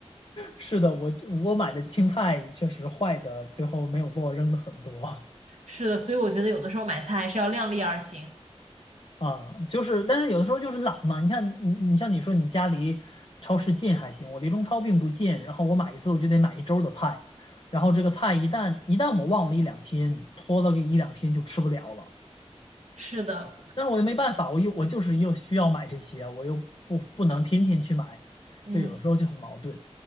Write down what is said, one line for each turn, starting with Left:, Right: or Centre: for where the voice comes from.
Left: 是的，我我买的青菜确实坏的，最后没有做，扔的很多。
Right: 是的，所以我觉得有的时候买菜还是要量力而行。
Left: 啊，就是，但是有的时候就是懒嘛。你看，你你像你说，你家离超市近还行，我离中超并不近。然后我买一次，我就得买一周的菜，然后这个菜一旦一旦我忘了一两天，拖了个一两天就吃不了了。
Right: 是的，
Left: 但是我又没办法，我又我就是又需要买这些，我又不不能天天去买，
Right: 嗯，
Left: 就有的时候就很矛盾